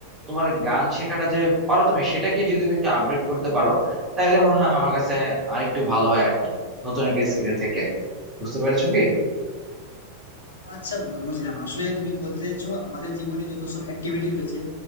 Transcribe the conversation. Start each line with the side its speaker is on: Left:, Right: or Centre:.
Right: তোমার গান শেখাটা যে পারো তুমি সেটাকে যদি তুমি একটু আপডেট করতে পারো তাহলে মনে হয় আমার কাছে আরেকটু ভালো হয় আর কি নতুন একটা স্কিলের থেকে বুঝতে পেরেছো কি
Left: আচ্ছা বন্ধু বুঝলাম আসলে তুমি বলতে চাইছো আমাদের জীবনে যত সব অ্যাক্টিভিটি রয়েছে